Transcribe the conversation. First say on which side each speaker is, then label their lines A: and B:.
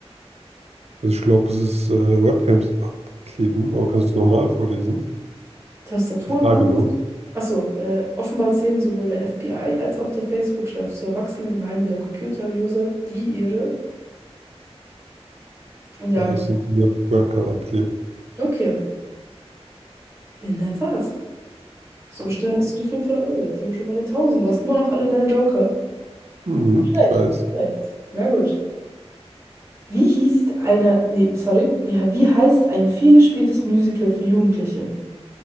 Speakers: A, on the right; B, on the right.
A: Also ich glaube, es ist äh, Webcams abkleben, aber kannst du es normal vorlesen?
B: Tastaturen
A: Die Frage
B: unlesbar.
A: nur.
B: Achso, äh, offenbar zählen sowohl der FBI als auch der Facebook-Chef zur erwachsenen Gemeinde der Computer-User, die ihre Jahre.
A: Ja,
B: gibt.
A: es sind die Web Webcam abkleben.
B: Okay, in der Tat. So schnell hast du die 500 Euro. Jetzt sind wir schon bei den tausend. Du hast immer noch alle deine Joker.
A: Mhm,
B: Nicht Schlecht,
A: ich weiß.
B: nicht schlecht. Na gut. Wie hieß eine. Nee, sorry. Wie, wie heißt ein vielgespieltes Musical für Jugendliche?